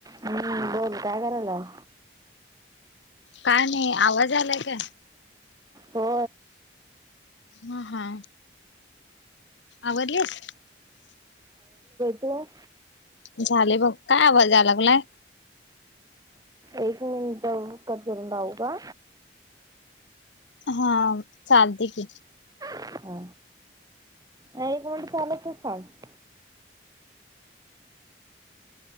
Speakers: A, on the right; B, on the left.
A: हम्.... बोल काय करताय?
B: काय नाही आवाज आलाय का?
A: हो
B: हा- हा आवरलीस?
A: हो
B: झाले बघ, काय आवाज यालाला लागलाय?
A: एक मिनिट करुन राहू का?
B: हा चालते की.
A: हा नाही एक म्हट चालच सांग <inaudible>